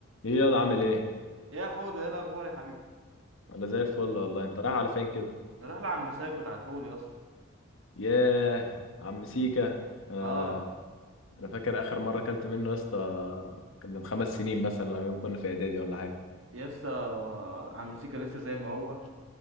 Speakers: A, on the left; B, on the right.
A: ايه يلا عامل ايه
B: يا حوده ايه الاخبار يا حبيبي
A: انا زي الفل والله انت رايح على فين كده
B: راح لعم سايب بتاع الفول يا اسطى
A: ياه عم سيكا انا
B: اه
A: انا فاكر اخر مره اكلت منه يا اسطى كان من خمس سنين مثلا لما كنا في اعدادي ولا حاجه
B: يا اسطى آه، عم سيكا لسه زي ما هو